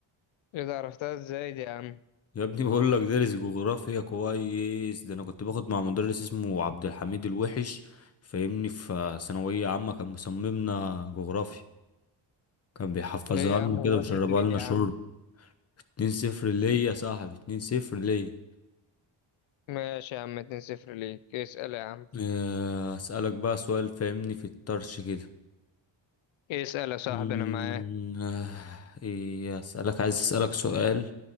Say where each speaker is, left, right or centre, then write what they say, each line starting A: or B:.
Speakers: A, on the left; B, on the left.
A: ايه ده عرفتها ازاي دي يا عم
B: يا ابني بقول لك دارس جغرافيا كويس ده انا كنت باخد مع مدرس اسمه عبد الحميد الوحش فاهمني في ثانوية عامة كان مصممنا جغرافيا كان بيحفظها
A: ليه يا
B: لنا
A: عم هو
B: كده ويشربها
A: وحش ليه
B: لنا
A: يا
B: شرب
A: عم
B: اتنين صفر ليا يا صاحبي اتنين صفر ليا
A: ماشي يا عم 2 0 ليك اسال يا عم
B: آه، اسألك بقى سؤال فاهمني في الطرش كده
A: اسال يا صاحبي
B: مم،
A: انا معاك
B: آه، ايه اسألك عايز اسألك سؤال